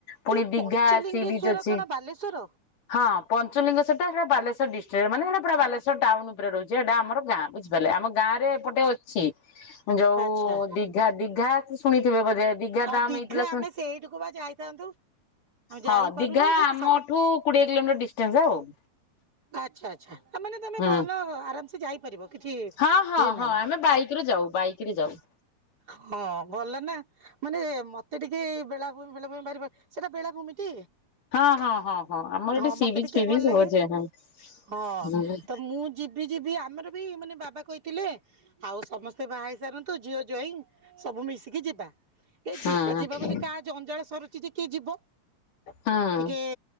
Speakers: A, on the left (about 85°); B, on the right (about 30°).
A: ପୁଣି
B: ଯୋଉ
A: ଦିଘା
B: ପଞ୍ଚଲିଙ୍ଗେଶ୍ଵର
A: ସି ବିଚ୍ ଅଛି
B: କଣ ବାଲେଶ୍ଵର?
A: ହଁ। ପଞ୍ଚଲିଙ୍ଗେଶ୍ଵର ସେଟା ଆମ ବାଲେଶ୍ବର ଡିଷ୍ଟ୍ରିକ୍ଟ ରେ ମାନେ ସେଟା ପୁରା ବାଲେଶ୍ୱର ଟାଉନ୍ ଉପରେ ରହୁଛି, ହେଟା ଆମର ଗାଁ। ବୁଝିପାରିଲେ ଆମ ଗାଁରେ ଏପଟେ ଅଛି। ଯୋଉ
B: ଆଚ୍ଛା
A: ଦିଘା ଦିଘା ଶୁଣିଥିବେ ବୋଧେ? ଦିଘା
B: ହଁ
A: ଦାମ୍
B: ଦିଘା,
A: ହେଇଥିଲା
B: ଆମେ
A: ଶୁଣି
B: ସେଇଠିକୁ ବା ଯାଇଥାନ୍ତୁ। ଆମେ ଯାଇପାରୁନୁ
A: ହଁ ଦିଘା ଆମଠୁ
B: ସବୁ
A: କୋଡିଏ କିଲୋମିଟର ଡିଷ୍ଟାନ୍ସ ଆଉ।
B: ଆଚ୍ଛା, ଆଚ୍ଛା ତା ମାନେ ତୋମେ
A: ହୁଁ
B: ଭଲ ଆରାମ ସେ ଯାଇପାରିବ। କିଛି
A: ହଁ, ହଁ,
B: ଇଏ ନାହିଁ।
A: ହଁ ଆମେ ବାଇକ୍ ରେ ଯାଉ। ବାଇକ୍ ରେ ଯାଉ।
B: ହଁ ଭଲ ନା। ମାନେ ମତେ ଟିକେ ବେଳାଭୂମି ବେଳାଭୂମି ବାରିବ ସେଟା ବେଳାଭୂମି ଟି?
A: ହଁ ହଁ ହଁ ହଁ ଆମର
B: ହଁ
A: ଏଠି ସି
B: ମତେ
A: ବିଚ୍
B: ଟିକେ
A: ଫି ବିଚ୍
B: ଭଲ
A: ସବୁ
B: ଲାଗେ
A: ଅଛି ହଁ
B: ହଁ
A: ହୁଁ ହୁଁ।
B: ତ ମୁଁ ଯିବି ଯିବି ଆମର ବି ମାନେ ବାବା କହିଥିଲେ ଆଉ ସମସ୍ତେ ବାହା ହେଇ ସାରନ୍ତୁ ଝିଅ ଜୋଇଁ ସବୁ ମିଶିକି ଯିବା ଏ
A: ହୁଁ
B: ଯିବା
A: ହୁଁ
B: ଯିବା
A: ହୁଁ
B: ବୋଲି କାହା ଯୋଉ ଅଜଳ ସରୁଛି ଯେ କିଏ ଯିବ
A: ହୁଁ
B: ଟିକେ